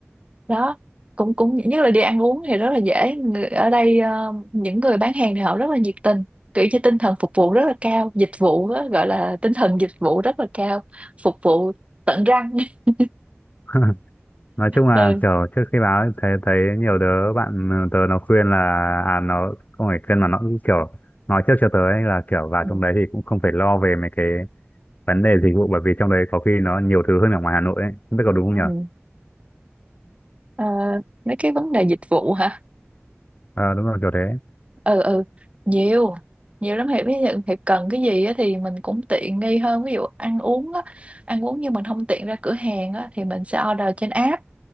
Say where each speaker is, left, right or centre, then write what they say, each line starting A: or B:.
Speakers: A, on the right (about 30°); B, on the left (about 35°).
A: đó cũng cũng nhất là đi ăn uống thì rất là dễ Người- ở đây ờ, những người bán hàng thì họ rất là nhiệt tình kiểu như tinh thần phục vụ rất là cao dịch vụ á, gọi là tinh thần dịch vụ rất là cao phục vụ tận răng <laughs>
B: <laughs> nói chung là
A: ừ.
B: kiểu trước khi báo ấy, thấy thấy nhiều đứa bạn ờ, tớ nó khuyên là à nó không phải khuyên mà nó cũng kiểu nói trước cho tớ ấy là kiểu vào
A: Ừ.
B: trong đấy thì cũng không phải lo về mấy cái vấn đề dịch vụ bởi vì trong đấy có khi nó nhiều thứ hơn ở ngoài Hà Nội ấy không biết có đúng không
A: Ừ.
B: nhở
A: Ờ, mấy cái vấn đề dịch vụ hả
B: ờ đúng rồi kiểu thế
A: ừ ừ nhiều nhiều lắm Hiệp ví dụ Hiệp cần cái gì á thì mình cũng tiện nghi hơn ví dụ ăn uống á ăn uống nhưng mình không tiện ra cửa hàng á thì mình sẽ order trên app